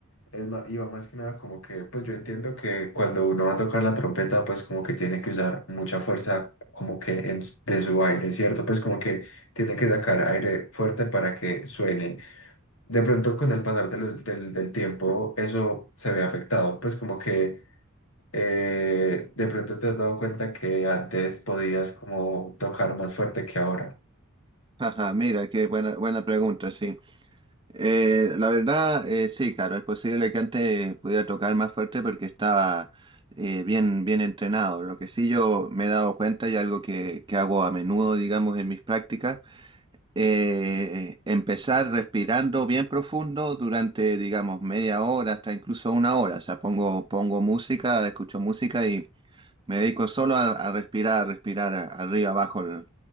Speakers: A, on the left (about 75°); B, on the right (about 20°).
A: Es más, iba más que nada como que, pues yo entiendo que cuando uno va a tocar la trompeta, pues como que tiene que usar mucha fuerza como que en, de su aire, ¿cierto? Pues como que tiene que sacar aire fuerte para que suene. De pronto con el pasar de lo- del, del tiempo eso se ve afectado, pues como que eh, de pronto te has dado cuenta que antes podías como tocar más fuerte que ahora.
B: Ajá, mira, qué buena, buena pregunta, sí. Eh, la verdad, eh, sí, claro, es posible que antes pudiera tocar más fuerte porque estaba eh, bien, bien entrenado. Lo que sí yo me he dado cuenta y algo que, que hago a menudo, digamos, en mis prácticas, eh, empezar respirando bien profundo durante, digamos, media hora hasta incluso una hora. O sea, pongo, pongo música, escucho música y me dedico solo a, a respirar, a respirar a- arriba, abajo el